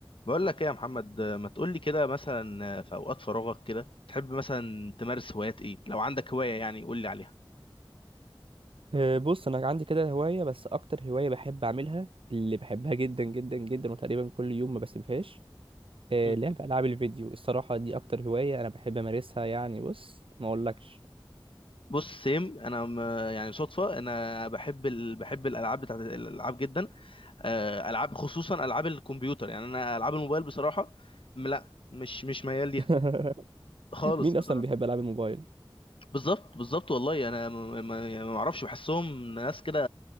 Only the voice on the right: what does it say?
آه، بص انا عندي كده هوايه بس اكتر هوايه بحب اعملها اللي بحبها جدا جدا جدا وتقريبا كل يوم ما بسيبهاش آه،
لعب العاب الفيديو الصراحه دي اكتر هوايه انا بحب امارسها يعني بص ما اقولكش
<laughs>
مين
اصلا بيحب العاب الموبايل